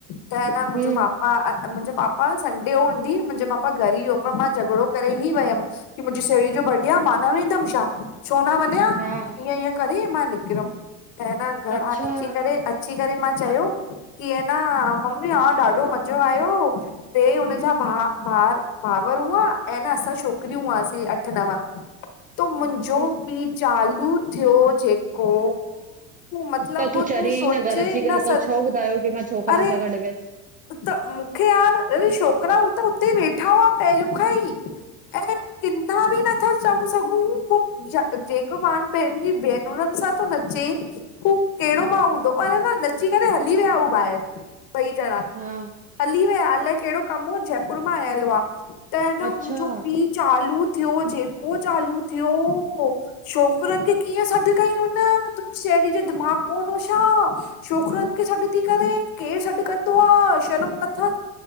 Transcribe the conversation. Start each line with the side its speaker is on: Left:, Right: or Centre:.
Left: त मुंहिंजो
Right: हम्म
Left: पापा अ अ, मुंहिंजो पापा संडे हुन मुंहिंजो पापा घर ई हुओ, पर मां झगड़ो करे ई वयम कि मुंहिंजी साहेड़ी जो बर्डे आ, मां न वेंदम छा, छो न वंञा?
Right: हा।
Left: ईअं करे मां निकरम। त ह न घरां
Right: अच्छा
Left: अची करे अ अची करे मां चयो, कि ह न मम्मी हा ॾाढो मजो आयो। ते हुनजा भा भार भावर हुआ ऐं न असां छोकिरियूं हुआसीं अठ, नव। त मुंहिंजो
Right: हम्म
Left: पीउ चालू थियो जेको मतिलबु
Right: त तूं चरी आंई
Left: सोचे
Right: न, घर अची करे
Left: न
Right: तो
Left: स
Right: छो ॿुधायो कि मां छोकिरन
Left: अरे
Right: सां गॾु वियसि।
Left: त मूंखे यार, अरे छोकरा हू त हुते ई वेठा हुआ पहिंरिंयों खां ई। ऐं किन्ना बि नथा चऊं सघूं, पो ज, जेको माण्ह पंहिंजी भेनरुनि सां थो नचे हू कहिड़ो भाउ हूंदो, और है न नची करे हली विया हू ॿाएर, ॿई जणा।
Right: हा।
Left: हली वया। अलाए कहिड़ो कमु हुओ, जयपुर मां आयल हुआ। त ह न
Right: अच्छा
Left: मुंहिंजो पी चालू थियो, जेको चालू थियो छोकरनि खे कीअं सॾु कईं हुन, तुंहिंजी साहेड़ी जे दिमाग़ु कोन्ह हो छा? छोकरनि खे सॾु थी करे, केरु सॾु कंदो आ। शर्म न